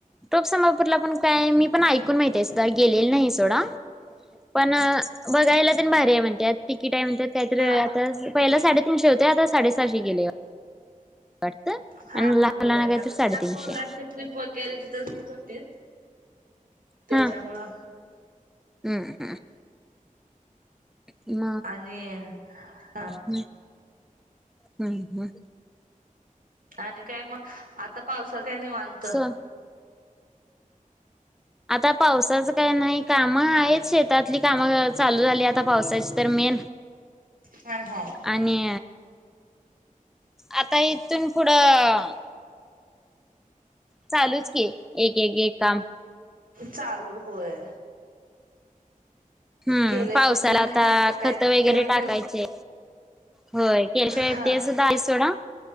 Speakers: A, in the centre; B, on the right.
A: टोपसमापूरला पण काय मी ण ऐ मा गे नाही सो पण बघा भारी आहे म्हणतात तिकीट आहे म्हणतात काय तर
B: हा
A: आता पहिला साडेतीीनशे होते आता साडेसहाशे गेले वाटत आणि
B: हा
A: लहान
B: हा होय
A: मुलांना काहीतरी
B: आता
A: साडेतीनशे
B: लहान मुलांची
A: आहे.
B: ट्रिप वगैरे तिथे घेत होती त्याच्यामुळं
A: हा हम्म हम्म म
B: आणि हा
A: हम् हम् हम
B: आणि काय मग आता पावसा काही नाहीवनत
A: सो आता पावसाचं काय नाही कामं आहेत शेतातली कामं चालू झाली आता पावसाची तर मेन
B: हा हा.
A: आणि आता इथून पुढं चालूच की एक एक एक काम
B: चालू होय
A: हम्म
B: केल्याशिवाय
A: पावसाला
B: पण खायचं
A: आता
B: काय
A: खत वगैरे
B: होय
A: टाकायचे
B: का नाही.
A: होय केल्शि
B: हा
A: ते सुद्धा आहेसो ना